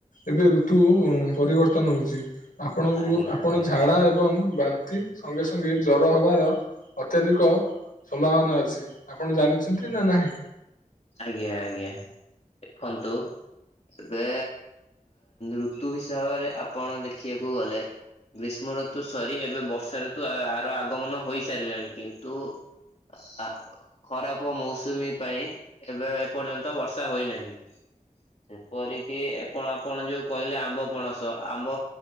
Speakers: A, on the left (about 85°); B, on the left (about 50°).
A: ଏବେ ଋତୁ ପରିବର୍ତ୍ତନ ହଉଛି ଆପଣଙ୍କୁ
B: ଆଜ୍ଞା
A: ଆପଣ
B: ଆଜ୍ଞା
A: ଝାଡ଼ା ଏବଂ ବାନ୍ତି ସଙ୍ଗେ ସଙ୍ଗେ ଜ୍ଵର ହବାର ଅତ୍ୟଧିକ ସମ୍ଭାବନା ଅଛି ଆପଣ ଜାଣିଛନ୍ତି ନା ନାହିଁ।
B: ଆଜ୍ଞା ଆଜ୍ଞା ଦେଖନ୍ତୁ ଏବେ ଋତୁ ହିସାବରେ ଆପଣ ଦେଖିବାକୁ ଗଲେ ଗ୍ରୀଷ୍ମ ଋତୁ ସରି ଏବେ ବର୍ଷା ଋତୁ ଆର ଆଗମନ ହୋଇସାରିଲାଣି କିନ୍ତୁ ନା ଖରାପ ମୌସୁମୀ ପାଇଁ ଏବେ ଏପର୍ଯ୍ୟନ୍ତ ବର୍ଷା ହୋଇନାହିଁ। ସେପରିକି ଆପଣ ଆପଣ ଯୋଉ କହିଲେ ଆମ୍ବ ପଣସ ଆମ୍ବ